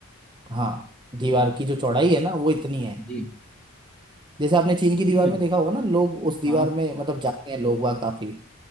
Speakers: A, on the right (about 20°); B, in the centre.
A: हाँ दीवार की जो चौड़ाई है ना वो इतनी है
B: जी
A: जैसे आपने चीन की दीवार
B: जी में
A: में देखा होगा ना लोग उस दीवार
B: हाँ
A: में मतलब जाते हैं लोग वहाँ काफी